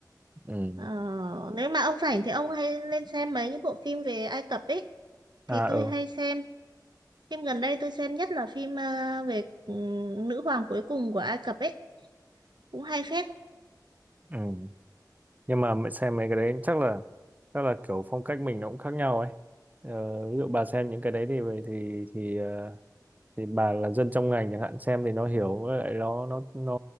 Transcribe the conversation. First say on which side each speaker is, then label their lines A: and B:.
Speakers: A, on the right; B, on the right.
A: Ừ.
B: Ờ, nếu mà ông rảnh thì ông hay lên xem mấy cái bộ phim về Ai Cập ấy
A: À,
B: thì tôi
A: ừ.
B: hay xem phim gần đây tôi xem nhất là phim à, về ừm, nữ hoàng cuối cùng của Ai Cập ấy cũng hay phết
A: Ừ. Nhưng mà mẹ xem mấy cái đấy chắc là chắc là kiểu phong cách mình nó cũng khác nhau ấy. Ờ, ví dụ bà xem những cái đấy thì thì thì ờ, thì bà là dân trong ngành chẳng hạn xem thì nó hiểu với lại nó nó nó